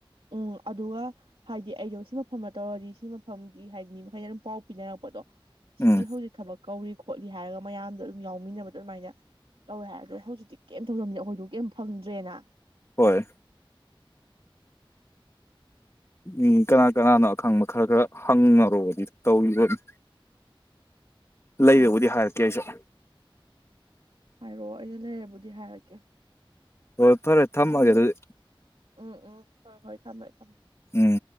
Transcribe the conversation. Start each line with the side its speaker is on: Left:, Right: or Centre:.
Right: ꯎꯝ ꯑꯗꯨꯒ ꯍꯥꯏꯗꯤ ꯑꯩꯗꯣ ꯁꯤ ꯃꯐꯝꯅ ꯇꯧꯔꯗꯤ ꯁꯤ ꯃꯐꯝꯒꯤ ꯍꯥꯏꯗꯤ ꯃꯤ ꯃꯈꯩꯅ ꯑꯗꯨꯝ ꯄꯥꯎ ꯄꯤꯅꯔꯛꯄꯗꯣ ꯁꯤꯒꯤ
Left: ꯎꯝ
Right: ꯍꯧꯖꯤꯛ ꯊꯕꯛ ꯀꯧꯔꯤ ꯈꯣꯠꯂꯤ ꯍꯥꯏꯔꯒ ꯃꯌꯥꯝꯗꯣ ꯑꯗꯨꯝ ꯌꯥꯎꯃꯤꯟꯅꯕꯗ ꯑꯗꯨꯃꯥꯏꯅ ꯇꯧꯋꯦ ꯍꯥꯏ ꯑꯗꯣ ꯍꯧꯖꯤꯛꯇꯤ ꯀꯩꯝ ꯇꯧꯗꯕꯅꯤ ꯑꯩꯈꯣꯏꯗꯨ ꯀꯩꯝ ꯐꯪꯗ꯭ꯔꯦꯅ
Left: ꯍꯣꯏ ꯎꯝ ꯀꯅꯥ ꯀꯅꯥꯅꯣ ꯑꯈꯪꯕ ꯈꯔ ꯈꯔ ꯍꯪꯅꯔꯨꯔꯕꯗꯤ ꯇꯧꯔꯤꯕꯅꯤ
Right: <inaudible>
Left: ꯂꯩꯔꯦꯕꯨꯗꯤ
Right: ꯍꯣꯏ
Left: ꯍꯥꯏꯔꯛꯀꯦ ꯑꯩꯁꯨ
Right: ꯍꯥꯏꯔꯛꯑꯣ ꯑꯩꯅ ꯂꯩꯔꯕꯨꯗꯤ ꯍꯥꯏꯔꯛꯀꯦ
Left: ꯍꯣꯏ ꯐꯔꯦ ꯊꯝꯃꯒꯦ
Right: ꯑꯗꯦ
Left: ꯑꯗꯨꯗꯤ
Right: ꯎꯝ ꯎꯝ ꯍꯣꯏ ꯍꯣꯏ ꯊꯝꯃꯃꯦ ꯊꯝꯃꯦ
Left: ꯎꯝ